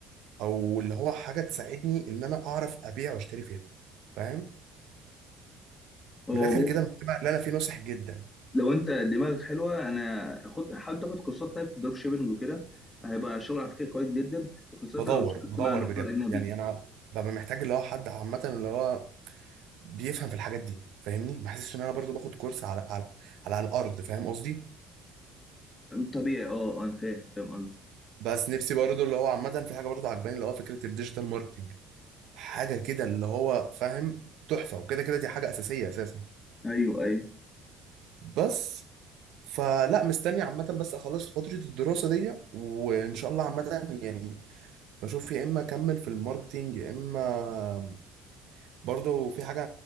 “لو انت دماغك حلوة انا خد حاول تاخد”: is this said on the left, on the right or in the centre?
Left